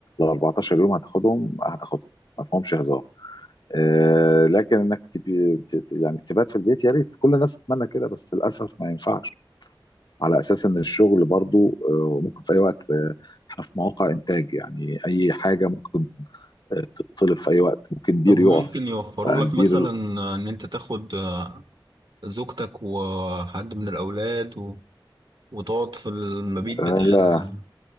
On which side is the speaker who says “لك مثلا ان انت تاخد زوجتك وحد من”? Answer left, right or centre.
Right